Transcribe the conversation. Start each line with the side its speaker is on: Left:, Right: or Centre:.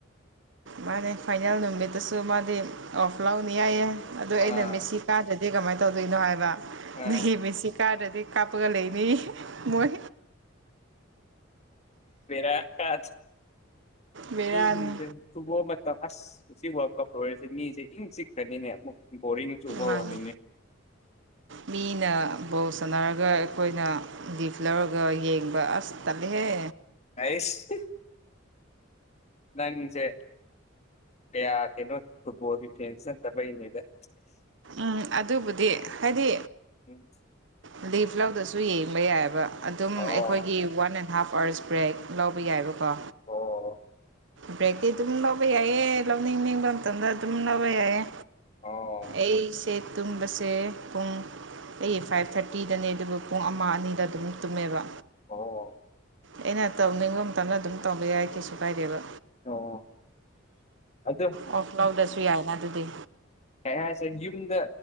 Right: ꯃꯥꯅꯦ ꯐꯥꯏꯅꯦꯜ ꯅꯨꯃꯤꯠꯇꯁꯨ ꯃꯥꯗꯤ ꯑꯣꯐ ꯂꯥꯎꯅꯤ ꯌꯥꯏꯌꯦ ꯑꯗꯨ
Left: ꯑꯥ
Right: ꯑ ꯅꯨꯃꯤꯠꯁꯤ ꯀꯔꯗꯗꯤ ꯀꯃꯥꯏꯅ ꯇꯧꯗꯣꯏꯅꯣ ꯍꯥꯏꯕ
Left: ꯑꯥ
Right: ꯅꯪꯒꯤ ꯃꯤꯠꯁꯤ ꯀꯥꯔꯗꯗꯤ ꯀꯥꯞꯄꯒ ꯂꯩꯅꯤ ꯃꯣꯏ
Left: ꯔ ꯀ꯭ꯔ
Right: ꯕꯦꯔꯥꯅꯤ
Left: ꯃꯤꯁꯤꯡꯁꯦ ꯁꯨꯕꯣ ꯑꯃ ꯑꯁ ꯁꯤ ꯋꯥ ꯀꯞ ꯑꯣꯏꯔꯤꯁꯦ ꯃꯤꯁꯦ ꯏꯪ ꯆꯤꯛꯈ꯭ꯔꯅꯤꯅꯦ ꯑꯃꯨꯛ ꯕꯔꯤꯡꯁꯨꯨꯕ
Right: ꯃꯥꯅꯤ
Left: ꯋꯥꯔꯅꯤꯡꯅꯦꯦ
Right: ꯃꯤꯅ ꯕꯣꯜ ꯁꯥꯟꯅꯔꯒ ꯑꯩꯈꯣꯏꯅ ꯒꯤꯐ ꯂꯧꯔꯒ ꯌꯦꯡꯕ ꯑꯁ ꯇꯗꯒꯤꯍꯦ
Left: ꯑꯩꯁ ꯅꯪꯁꯦ ꯀꯌꯥ ꯀꯩꯅꯣ ꯐꯨꯠꯕꯣꯜꯒꯤ ꯐꯦꯟꯁ ꯅꯠꯇꯕꯩꯅꯦꯗ
Right: ꯎꯝ ꯑꯗꯨꯕꯨꯗꯤ ꯍꯥꯏꯗꯤ
Left: ꯎꯝ
Right: ꯑꯗꯒꯤ ꯐ꯭ꯂꯧꯗꯁꯨ ꯌꯦꯡꯕ ꯌꯥꯏꯑꯕ ꯑꯗꯨꯝ
Left: ꯑꯣ
Right: ꯑꯩꯈꯣꯏꯒꯤ one and half hours break ꯂꯧꯕ ꯌꯥꯏꯕꯀꯣ
Left: ꯑꯣ
Right: ꯐ꯭ꯔꯦꯛꯇꯤ ꯑꯗꯨꯝ ꯂꯧꯕ ꯌꯥꯏꯑ ꯂꯧꯅꯤꯡꯅꯤꯡꯕ ꯃꯇꯝꯗ ꯑꯗꯨꯝ ꯂꯧꯕ ꯌꯥꯏꯌꯦ
Left: ꯑꯣ
Right: ꯑꯩꯁꯦ ꯇꯨꯝꯕꯁꯦ ꯄꯨꯡ ꯑꯩ ꯐꯥꯏꯚ ꯊꯥꯔꯇꯤꯗꯅꯦ ꯑꯗꯨ ꯄꯨꯡ ꯑꯃ ꯑꯅꯤꯗ ꯑꯗꯨꯝ ꯇꯨꯝꯃꯦꯕ
Left: ꯑꯣ
Right: ꯑꯩꯅ ꯇꯧꯅꯤꯡꯕ ꯃꯇꯝꯗ ꯑꯗꯨꯝ ꯇꯧꯕ ꯌꯥꯏ ꯀꯩꯁꯨ ꯀꯥꯏꯗꯦꯕ
Left: ꯑꯣ ꯑꯗꯨꯗꯣ
Right: ꯑꯣꯐ ꯂꯣꯛꯗꯁꯨ ꯌꯥꯏꯅ ꯑꯗꯨꯗꯤ
Left: ꯀꯩ ꯍꯥꯏꯁꯦ ꯌꯨꯝꯗ